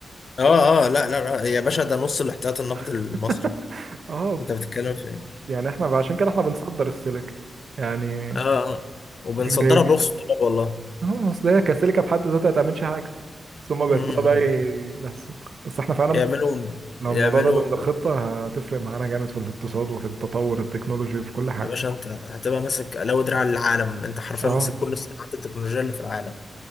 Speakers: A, on the left; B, on the right.
A: اه اه لا لا لا هي يا باشا ده نص الاحتياط النقد
B: <laughs>
A: المصري
B: اه
A: انت بتتكلم في ايه؟
B: يعني احنا عشان كده احنا بنصدر السيليكا يعني
A: اه اه وبنصدرها
B: جاي
A: برخص التراب والله
B: اه اصل هي كسيليكا في حد ذاتها ما تعملش حاجه بس هما بياخدوها
A: امم.
B: بقى ي- بس بس احنا فعلا
A: يعملوا
B: لو
A: يعملوا
B: الموضوع ده ضمن الخطه هتفرق معانا جامد في الاقتصاد وفي التطور التكنولوجي وفي كل حاجه
A: يا باشا انت هتبقى ماسك لو دراع العالم انت حرفيا
B: اه
A: ماسك كل صناعات التكنولوجيا اللي في العالم